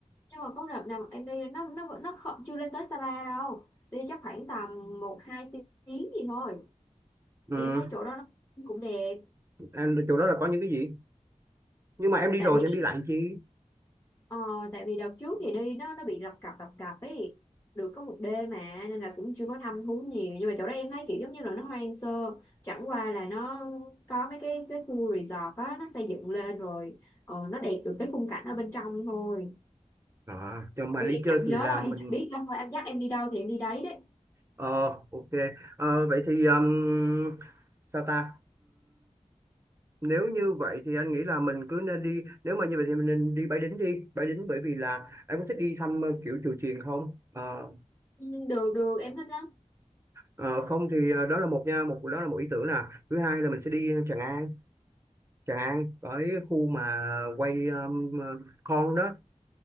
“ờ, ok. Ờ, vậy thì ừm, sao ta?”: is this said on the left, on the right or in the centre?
Right